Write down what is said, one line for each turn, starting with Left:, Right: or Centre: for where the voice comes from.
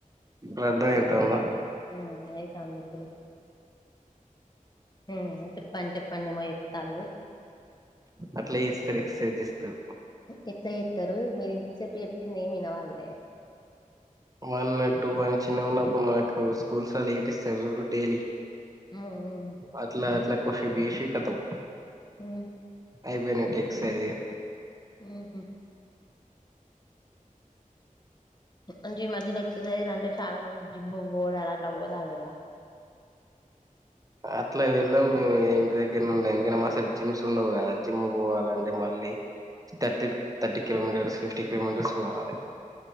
Right: ఇప్పుడు అర్థం అవుతుందా.
Left: హామ్ అయితాంది ఇప్పుడు. ఉహూ చెప్పండి చెప్పండి ఏమో చెప్తార్లు.
Right: అట్లా చేస్తారు ఎక్ససైజ్ చేస్తేరు.
Left: ఎట్లా ఎట్లా చేస్తారు మీరు ఇంతసేపు చెప్పింది ఏమీ వినపళ్ళే.
Right: వన్ టూ వన్ చిన్న ఉన్నప్పుడు మనకు స్కూల్స్ లలో చేపిస్తారు చూడు డైలీ.
Left: ఉమ్
Right: అట్లా అట్లా కాసేపు చేసి కతం.
Left: ఉమ్.
Right: అయిపోయినాయి టెక్ససిగా.
Left: ఉహు‌. అంటే ఈ మధ్యలో ఎక్సర్సైజ్ అంటే చాలా మంది జిమ్ పోడాలు అట్లా పోతలు కదా.
Right: అట్లా వెళ్ళాం మేము ఇంటి దగ్గర. ద్ ఉండే ఎందుకే మ అసలు జిమ్స్ ఉండవు కదా జిమ్ పోవాలంటే మళ్ళీ. Thirty thirty kilometres fifty kilometres పోవాలి.